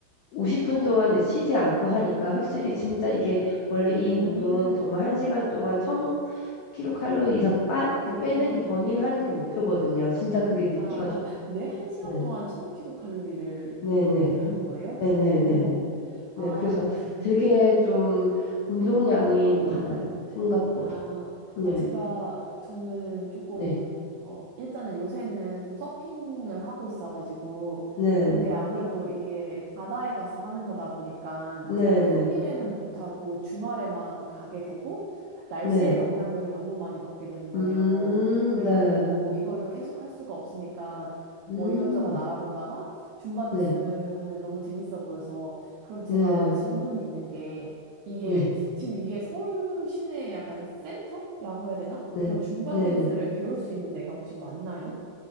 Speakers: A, on the left; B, on the right.
A: 50분 동안 이제 쉬지 않고 하니까 확실히 진짜 이게 원래 이
B: 음,
A: 운동은 정말 1시간 동안 1000kcal 이상 빠, 이렇게
B: 그렇구나.
A: 빼는 게 버닝하는
B: 네.
A: 게 목표거든요. 진짜 그게 느껴져요.
B: 아, 네. 한 시간
A: 네.
B: 동안 1000kcal 칼로리를
A: 네네.
B: 그렇게 하는 거예요?
A: 네네네네.
B: 어, 아,
A: 네, 그래서
B: 네.
A: 되게 좀 운동량이 많아요. 생각보다.
B: 아,
A: 네,
B: 아, 제가, 저는 조금,
A: 네,
B: 어, 일단은 요새는 좀 서핑을 하고 있어가지고,
A: 네,
B: 근데 아무래도 이게 바다에 가서 하는 거다 보니까,
A: 네,
B: 제가 평일에는
A: 네,
B: 못하고 주말에만 가게 되고, 날씨의
A: 네.
B: 영향을 너무 많이 받게 되는 거예요.
A: 음,
B: 그래가지고,
A: 네,
B: 이거를 계속 할 수가 없으니까, 뭐
A: 음,
B: 이것저것 알아보다가, 줌바
A: 네,
B: 테스 봤는데 너무 재밌어 보여서, 그럼 제가
A: 네,
B: 질문이 있는 게, 이게,
A: 네,
B: 지금 이게 서울 시내 약간 센터라고 해야 되나?
A: 네,
B: 그런 줌바
A: 네,
B: 댄스를
A: 네.
B: 배울 수 있는 데가 혹시 맞나요?